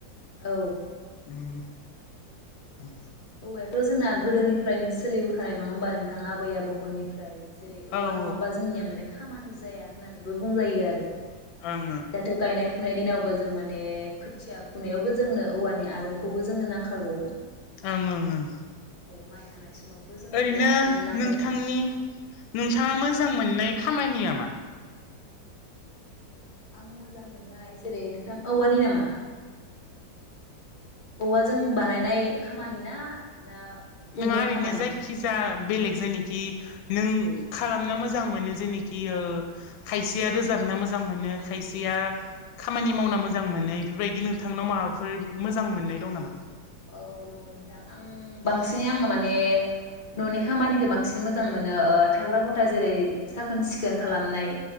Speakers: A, on the left (about 35°); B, on the left (about 85°).
A: औ।
B: उम उम।
A: औवायाथ' जोंना गोदोनिफ्रायनो सोलिबोखानाय नङा होमबा नोंथां आबै आबौमोननिफ्राय जेरै औवा
B: औ ओं
A: नङाबा जोंनिया माने खामानि जाया होननानैबो बुंजायो आरो।
B: ओं
A: दाथ' गायनाय फुनाय दिनावबो जों माने खोथिया फुनायावबो जोंनो औवानि आरौ खौबो जोनो नांखागौ।
B: ओं ओं ओं
A: औ माइ हानाय समावथ' जोंनो
B: ओरैनो
A: बे आरंखौ नांखागौ
B: नोंथांनि नोंथाङा मोजां मोननाय खामानिया मा?
A: आं मोजां मोननाय जेरै नोंथां औवानि नामा? औवाजों बानायनाय खामानि ना ना गुबुन
B: नोङा ओरैनो
A: खामानि
B: जायखिजाया बेलेग जायनेखि नों खालामना मोजां मोनो जेनाखि ओ खायसेया रोजाबना मोजां मोनो खायसेया खामानि मावना मोजां मोनो इफोरबायदि नोंथांनाव माबाफोर मोजां मोननाय दं नामा?
A: औ औ दङ नोंथां आं बांसिनै आङो माने न'नि खामानिखौ बांसिन मोजां मोनो ओ थाग्रा खथा जेरै साखोन सिखोन खालामनाय